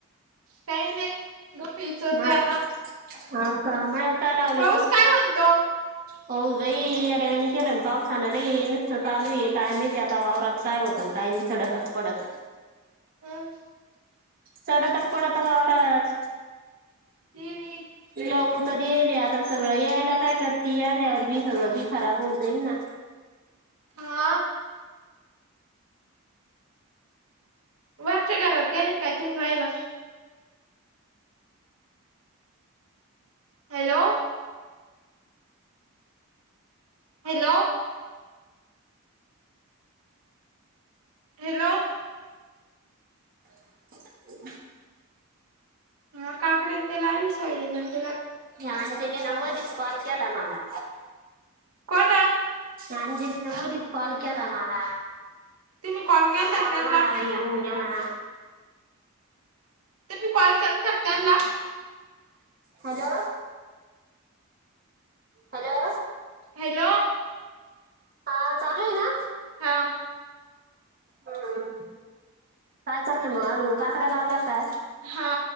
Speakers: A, on the right (about 75°); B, on the right (about 40°).
A: काही नाही. डोके उचलते
B: हो
A: आता
B: का मळ्यात काय लावलं
A: पाऊस
B: ग.
A: काय म्हणतो
B: हो लई येड्यावाणी केला ना पावसानी नुसतं चालू आहे काय माहिती आता वावरात. काय होत आणि काय नाही सडतच पडतं
A: <unintelligible>
B: सडतच पडतं वावरात.
A: <unintelligible>
B: लावून तर देयेल आता सगळं यायला काय करती आल्यावर भी सगळं बी खराब होऊन जाईन ना.
A: हा वरच्या घरात गेलेत काय तुम्ही राहिला? हॅलो. हॅलो. हेलो
B: <unintelligible>
A: अ काकडे न ते लायेल नी सोयाबीन लाये
B: ह्या अंजलीन मधील कॉल केला माला.
A: कोण.
B: अंजलीन मधीच कॉल केला माला
A: तुम्ही कॉल केलता
B: तो कॉल
A: का त्यांना
B: माहा हे होऊन गेला ना
A: तुम्ही कॉल केलतात का त्यांला
B: हलो हलो.
A: हॅलो.
B: हा चालू हे ना?
A: हा.
B: हम्म, काय चाललंय मग अजून, काकड्या लावल्यात काय?
A: हा.